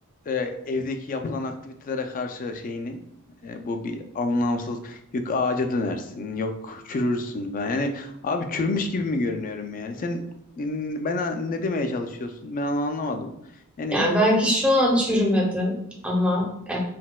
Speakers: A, on the left; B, in the centre.
A: e, evdeki yapılan aktivitelere karşı şeyini. E, bu bir anlamsız yok ağaca dönersin yok çürürsün falan. Yani abi çürümüş gibi mi görünüyorum yani? Sen ben ne demeye çalışıyorsun? Ben onu anlamadım. Yani
B: Yani belki şu an çürümedi ama e,